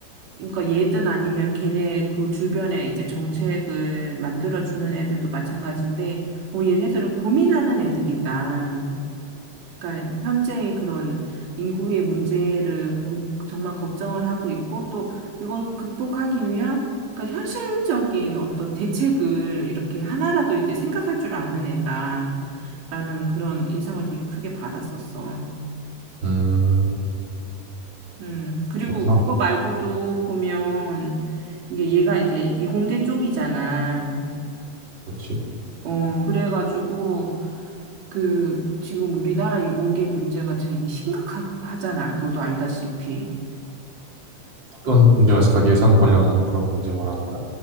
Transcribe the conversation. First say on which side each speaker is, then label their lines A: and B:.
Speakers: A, on the right; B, on the right.
A: 그러니까 얘든 아니면 걔네 그 주변에 이제 정책을 만들어주는 애들도 마찬가지인데, 어, 얘네들은 고민하는 애들이다. 그러니까 현재의 그런 인구의 문제를 고- 정말 걱정을 하고 있고 또 이걸 극복하기 위한 그러니까 현실적인 어떤 대책을 이렇게 하나라도 이제 생각할 줄 아는 애다라는 그런 인상을 되게 크게 받았었어.
B: 음,
A: 음, 그리고
B: 그렇구나.
A: 그거 말고도 보면 이게 얘가 이제 이공계 쪽이잖아.
B: 그렇지.
A: 어, 그래가지고 그 지금 우리나라 이공계 문제가 되게 심각하잖아. 너도 알다시피.
B: 어떤 문제가 있을까? 예산 관련한 그런 문제 말하는 거야?